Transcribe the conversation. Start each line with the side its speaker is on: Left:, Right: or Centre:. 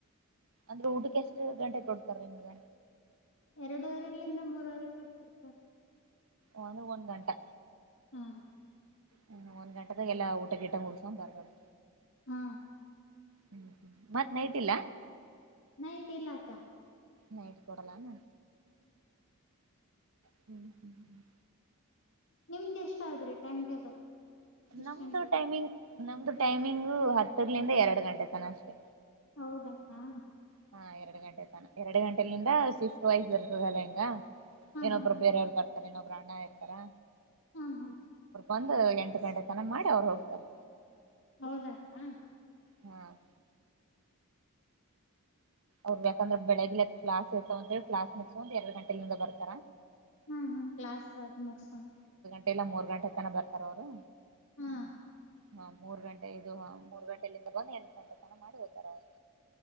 Right: ಅಂದ್ರೆ ಊಟಕ್ಕೆ ಎಷ್ಟು ಗಂಟೆ ಕೊಡ್ತಾರ ನಿಮಗ
Left: ಎರಡೂುವರೆಲಿಂದ ಮೂರವರೆ ತಗಡ್ತಾರೆ
Right: ಒನು ಒನ್ ಗಂಟೆ
Left: ಹಾ
Right: ಹ್ಮ ಒಂದ್ ಗಂಟೆದಾಗ ಎಲ್ಲಾ ಊಟ ಗಿಟ ಮುಗಸಕೊಂಡ್ ಬರೋದು
Left: ಹ್ಮ
Right: ಹ್ಮ ಮತ್ತ್ ನೈ್ದಿಲ್ಲ
Left: ನೈಟ್ ಇಲ್ಲಾಕ್ಕ
Right: ನೈಟ್ ಕೊಡಲಾನ ಹ್ಮ್ ಹ್ಮ್ ಹ್ಮ್
Left: ನಿಮ್ದ್ ಎಷ್ಟ ಆದ್ರಿ ಟೈಮ್ ಟೇಬಲ್ ಎಷ್ಟ್
Right: ನಮ್ದು
Left: ಗಂಟೆ
Right: ಟೈಮಿಂಗ್ ನಮ್ದು ಟೈಮಿಂಗು ಹತ್ತರ್ಲಿಂದ ಎರಡು ಗಂಟೆ ತನ ಅಷ್ಟೇ
Left: ಹೌದಾಕ್ಕಾ
Right: ಹಾ ಎರಡು ಗಂಟೆ ತನ ಎರಡು ಗಂಟೆಲಿಿಂದ ಸ್ವಿಫ್ಟ್ ವೈಸ್ ಬರ್ತದಲ್ಲಾ ಹಿಂಗ ನ
Left: ಹಾ
Right: ಅಪರ ಬರ ಯ ಸ ನೋ ಬ್ರಾಣ ಇರ್ತಾ
Left: ಹಾ ಹಾ
Right: ಒಂದು ಎಂಟು ಗಂಟೆ ತನಕ ಮಾಡಿ ಅವ್ರು ಹೋಗ್ತಾರೆ
Left: ಹೌದಾಕ್ಕ
Right: ಹ್ಮ್ ಅವ್ರ ಯಕಂದ್ರ ಬೆಳಗ್ಿ ಅ ಕ್ಲಾಸ್ ಇರ್ತಾವ ಅಂದ್ರೆ ಕ್ಲಾಸ್ ಮುಕ್ಸ ಒಂದ್ ಎರಡು ಗಂಟೆಲಿಂದ ಬರ್ತಾರ
Left: ಹ್ಮ್ ಹ್ಮ ಕ್ಲಾಸ್ ಮುಗಸ್ಕೊಂಡ
Right: ಮ ಎಲ್ಲ ಮೂರ್ ಗಂಟೆ ತನ ಬರ್ತಾರ ಅವ್ರು
Left: ಹಾ
Right: ಹಾ ಮೂರ್ ಗಂಟೆ ಇದು ಹಾ ಮೂರ್ ಗಂಟೆೆಯಲ್ಲಿಂದ ಬಂದು ಎಂಟ ಗಂಟೆ ತನ ಮಾಡಿ ಓ್ತಾರ ಅವರು